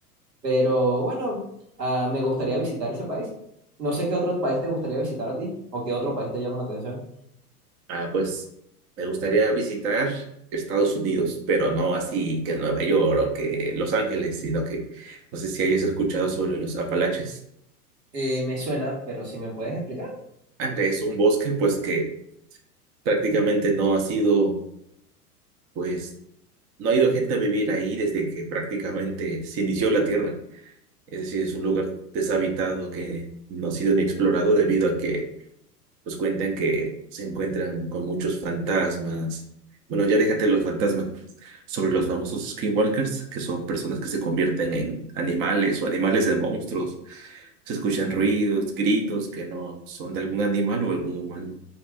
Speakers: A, on the right; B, on the right.
A: Pero bueno, ah, me gustaría visitar ese país. No sé qué otro país te gustaría visitar a ti o qué otro país te llama la atención.
B: Ah, pues me gustaría visitar Estados Unidos, pero no así que Nueva York o que Los Ángeles, sino que no sé si hayas escuchado sobre los Apalaches.
A: Eh, me suena, pero si me puedes explicar.
B: Ande, es un bosque pues que prácticamente no ha sido, pues no ha ido gente a vivir ahí desde que prácticamente se inició la tierra. Es decir, es un lugar deshabitado que no ha sido ni explorado debido a que pues cuentan que se encuentran con muchos fantasmas. Bueno, ya déjate los fantasmas. Sobre los famosos skinwalkers, que son personas que se convierten en animales o animales en monstruos. Se escuchan ruidos, gritos que no son de algún animal o algún humano.